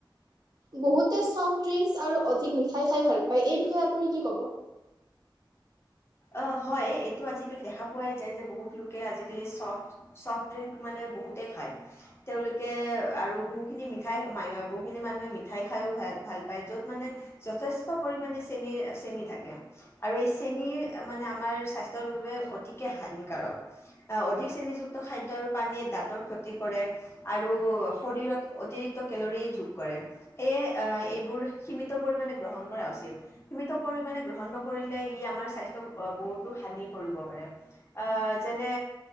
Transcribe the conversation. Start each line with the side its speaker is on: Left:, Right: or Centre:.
Right: বহুত চফ্ট ড্ৰিংকস আৰু অধিক মিঠাই খাই ভাল পায় এই বিষয়ে আপুনি কি ক'ব
Left: অ হয় এইটো আজিকালি দেখা পোৱাই যায় যে বহুত লোকে আজিকালি চফ চফট ড্ৰিংক মানে বহুতে খায় তেওঁলোক আৰু বহুখিনি মিঠা মিঠাই বহুখিনি মানুহে মিঠাই খাইো ভাল ভাল পায় য'ত মানে যথেষ্ট পৰিমাণে চেনীৰ চেনী থাকে আৰু এই চেনীৰ মানে আমাৰ স্বাস্থ্যৰ বাবে অতিকে হানিকাৰক অধিক চ্ৰেনিযুক্ত খাদ্য আৰু পানীয়ে দাঁতৰ ক্ষতি কৰে আৰু শৰীৰত অতিৰিক্ত কেলৰি যোগ কৰে সেয়ে এইবোৰ সীমিত পৰিমণে গ্ৰহণ কৰা উচিত সীমিত পৰিমাণে গ্ৰহণ নকৰিলে ই আমাৰ স্বাস্থ্য বহুতো হানি কৰিব পাৰে আহ যেনে